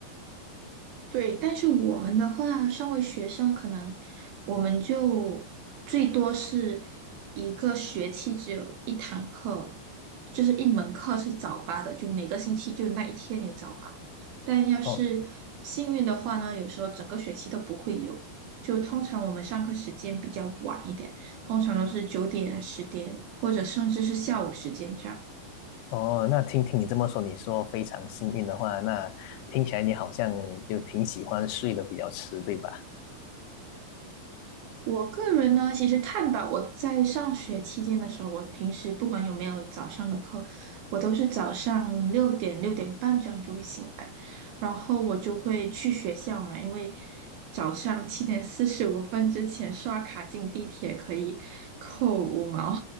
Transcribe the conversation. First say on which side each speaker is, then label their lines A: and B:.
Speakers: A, on the right; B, on the left.
A: 对，但是我们的话，身为学生，可能我们就最多是一个学期只有一堂课，就是一门课是早八的，就每个星期就那一天有早八。但要是幸运的话呢，
B: 哦
A: 有时候整个学期都不会有。就通常我们上课时间比较晚一点，通常都是九点、十点，或者甚至是下午时间这样。
B: 哦，那听听你这么说，你说非常幸运的话，那听起来你好像就挺喜欢睡得比较迟，对吧？
A: 我个人呢，其实看吧，我在上学期间的时候，我平时不管有没有早上的课，我都是早上六点六点半这样就会醒来，然后我就会去学校嘛，因为早上七点四十五分之前刷卡进地铁可以扣五毛，